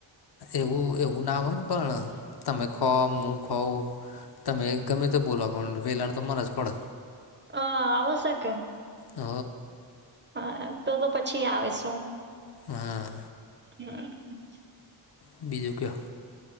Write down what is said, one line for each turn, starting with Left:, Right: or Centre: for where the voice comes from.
Left: એવું એવું ના હોય ને પણ તમે ખાઉ હું ખાઉ તમે ગમે તે બોલો પણ વેલાણ તો મરે જ પડે
Right: હ આવું શકે
Left: હ
Right: હા તો તો પછી આવે શું
Left: હા.
Right: હા.
Left: બીજું કયો